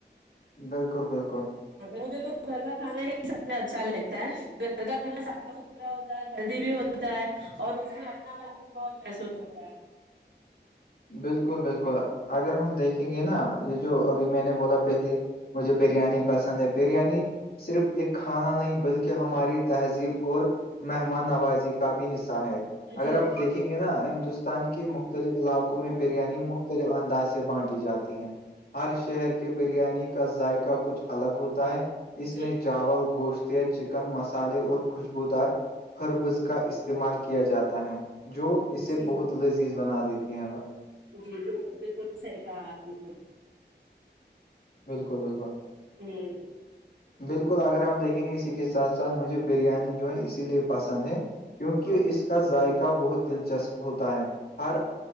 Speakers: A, on the left; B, on the right.
A: بالکل بالکل
B: مجھے تو گھر کا کھانا ہی سب سے اچھا لگتا ہے گھر کا کھانا صاف ستھرا ہوتا ہے ہیلدی بھی ہوتا ہے اور اس میں اپنا مل بھی بہت محسوس ہوتا ہے
A: بالکل بالکل اگر ہم دیکھیں گے نا یہ جو ابھی میں نے بولا پہلی مجھے بریانی پسند ہے بریانی صرف ایک کھانا نہیں بلکہ ہماری تہذیب اور مہمان نوازی کا بھی حصہ ہے
B: جی
A: اگر آپ
B: جی بالکل
A: دیکھیں گے نا ہندوستان کے مختلف علاقوں میں بریانی مختلف انداز سے بانٹی جاتی ہے ہر شہر کے بریانی کا ذائقہ کچھ الگ ہوتا ہے اس
B: جی
A: میں چاول گوشت چکن مسالے اور خوشبوودار ہربز کا استعمال کیا جاتا ہے جو اسے
B: جی جی
A: بہت لذیذ بنا دیتی ہیں وہ
B: جی بالکل بالکل صحیح کہا آپ نے
A: بالکل بالکل
B: ہوں
A: بالکل اگر ہم دیکھیں گے اسی کے ساتھ ساتھ مجھے بریانی جو ہے اسی لیے پسند ہے کیونکہ
B: ہاں
A: اس کا ذائقہ بہت دلچسپ ہوتا ہے ہر